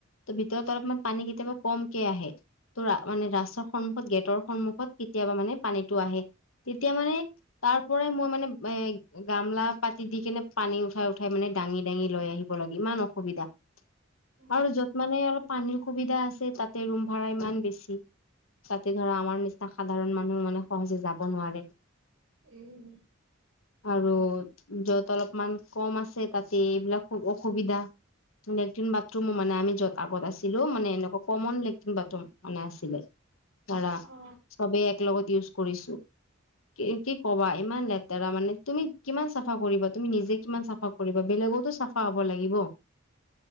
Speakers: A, on the left; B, on the right.
A: ত' ভিতৰত অলপমান পানী কেতিয়াবা কমকে আহে। ত ৰা মানে ৰাস্তাৰ সন্মুখত গেটৰ সন্মুখত কেতিয়াবা মানে পানীটো আহে তেতিয়া মানে তাৰ পৰাই মই মানে এ গামলা পাতি দি কেনে পানী উঠাই- উঠাই মানে দাঙি- দাঙি লৈ আহি ব লাগি, ইমান অসুবিধা
B: অ
A: আৰু যত মানে আৰু পানীৰ সুবিধা আছে তাতে ৰোম ভাড়া ইমান বেছি। তাতে ধৰা আমাৰ নিচিনা সাধাৰণ মানুহ মানে সহজে যাব নোৱাৰে।
B: উম।
A: <inaudible> আৰু য'ত অলপমান কম আছে তাতে এইবিলাক খুব অসুবিধা। লেট্ৰিন, বাথৰুমো মানে আমি য'ত আগত আছিলো মানে এনেকা কমন লেট্ৰিন বাথৰুম মানে আছিলে দাৰা
B: অ
A: চবে একলগত ইউজ কৰিছো। কি কি কবা? ইমান লেতেৰা মানে তুমি কিমান চাফা কৰিবা তুমি নিজে কিমান চাফা কৰিব, বেলেগওতো চাফা হ'ব লাগিব।